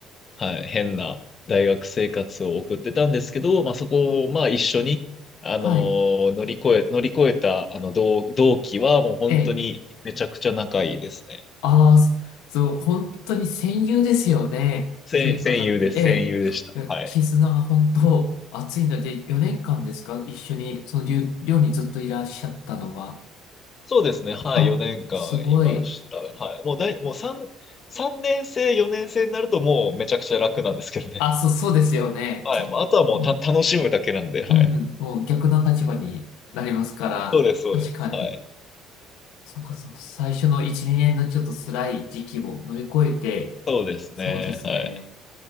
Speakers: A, on the left (about 40°); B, on the left (about 80°).
A: はい、変な大学生活を送ってたんですけど、まあそこをまあ一緒に、あのー乗り越え、
B: はい。
A: 乗り越えたあの同、同期はもう本当にめちゃくちゃ仲いいですね。
B: ええああ、そそう、本当に戦友ですよね。
A: 戦、
B: そういう方って。
A: 戦友です、
B: え
A: 戦友でした。
B: え、え絆が本当熱いので、
A: はい。
B: 4年間ですか一緒に、その寮、寮にずっといらっしゃったのは。
A: そうですね。はい。
B: あ、
A: 4年間いました。
B: すごい。
A: はい。もうだい、もう3、三年生、4年生になるともうめちゃくちゃ楽なんですけどね。
B: あ、そう、そうですよね。
A: <laughs> はい。もうあとはもうた楽しむだけなんで、
B: うん
A: はい。
B: うんもう逆の立場になりますから、
A: そうです、そうです。
B: 確かに、
A: はい。
B: そうか、そう、最初の1、2年のちょっと辛い時期を乗り越えて、
A: そうですね。
B: そうですね、
A: はい。